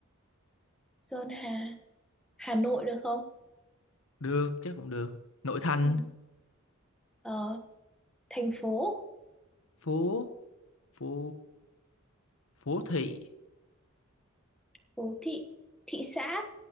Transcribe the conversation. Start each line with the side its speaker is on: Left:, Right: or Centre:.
Centre: Sơn Hà Hà Nội được không
Left: Được, chắc cũng được. Nội thành.
Centre: ừ. ờ thành phố
Left: Phố... Phố... Phố thị.
Centre: phố thị thị xã